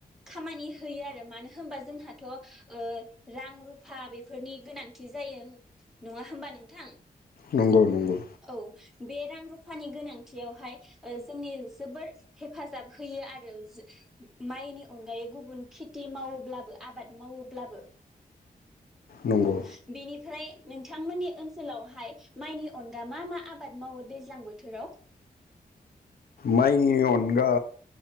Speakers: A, in the centre; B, on the left (about 80°).
A: खामानि होयो आरो मानो होनबा जोंहाथ'ओ रां रुफा बेफोरनि गोनांथि जायो नङा होमबा नोंथां?
B: नंगौ नंगौ।
A: औ बे रां रुफानि गोनां थियावहाय ओ जोंनि जोबोर हेफाजाब होयो आरो जो माइनि अनगायै गुबुन खेति मावोब्लाबो आबाद मावोब्लाबो
B: नंगौ
A: औ बिनि फ्राय नोंथांमोननि ओनसोलावहाय माइनि अनगा मा मा आबाद मावो दैज्लां बोथोराव?
B: माइनि अनगा